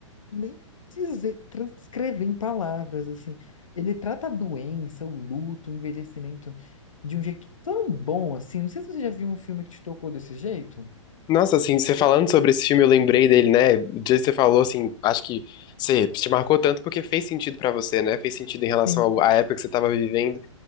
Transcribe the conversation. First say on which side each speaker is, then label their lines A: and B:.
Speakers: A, on the left; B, on the left.
A: nem dizer, transcrever em palavras, assim. Ele trata a doença, o luto, o envelhecimento de um jeito tão bom, assim. Não sei se você já viu um filme que te tocou desse jeito.
B: Nossa, assim, você falando sobre esse filme, eu lembrei dele, né? O dia que você falou, assim, acho que você te marcou tanto porque fez sentido pra você, né? Fez sentido em relação
A: Sim.
B: ao- à época que você tava vivendo.